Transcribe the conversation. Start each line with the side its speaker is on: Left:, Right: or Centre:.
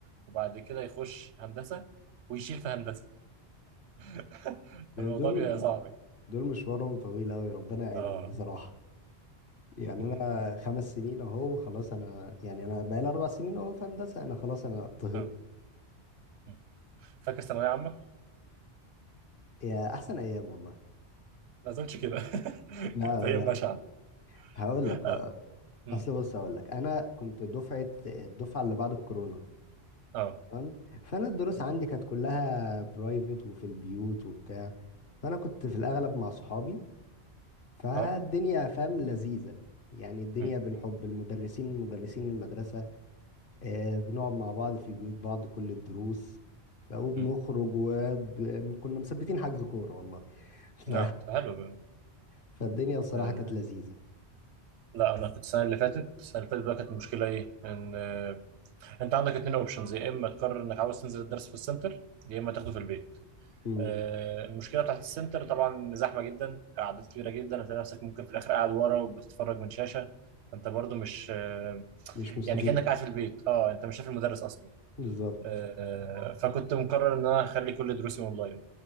Right: وبعد كده يخش هندسه ويشيل في هندسه <laughs> الموضوع
Left: دول
Right: بيبقى صعب
Left: دول مشوارهم طويل قوي ربنا يعينهم
Right: اه
Left: بصراحة يعني
Right: مم.
Left: انا خمس سنين اهو خلاص انا يعني انا بقالي اربع سنين اهو في هندسة انا خلاص انا طهق
Right: اه مم. فاكر ثانويه عامه
Left: يا احسن ايام والله
Right: ما اظنش كده <laughs>
Left: لا
Right: كانت هي
Left: لا
Right: بشعة
Left: هقول
Right: اه
Left: لك
Right: امم
Left: اصل بص هقول لك انا كنت دفعة الدفعة اللي بعد الكورونا
Right: اه
Left: تمام فانا الدروس عندي كانت كلها برايفت وفي البيوت وبتاع فانا كنت في الاغلب مع صحابي فالدنيا
Right: اه
Left: فاهم لذيذة يعني الدنيا
Right: امم
Left: بالحب المدرسين مدرسين المدرسة آه، بنقعد مع بعض في بيوت بعض كل الدروس ف- وبنخرج
Right: امم
Left: وكنا مثبتين حجز كورة والله <laughs> ف...
Right: نعم حلو بقى.
Left: فالدنيا بصراحة
Right: آه.
Left: كانت لذيذة
Right: لا انا كنت السنه اللي فاتت السنه اللي فاتت بقى كانت المشكله ايه ان آه. انت عندك اتنين اوبشنز يا اما تقرر انك عاوز تنزل الدرس في السنتر يا اما تاخده في البيت
Left: مم.
Right: آه. المشكله بتاعت السنتر طبعا زحمه جدا اعداد كبيره جدا هتلاقي نفسك ممكن في الاخر قاعد ورا وبتتفرج من شاشه فانت برضو مش آه،
Left: مش مستفيد
Right: يعني كانك قاعد في البيت اه انت مش شايف المدرس اصلا
Left: بالظبط
Right: آه، آه، فكنت مقرر ان انا هخلي كل دروسي اونلاين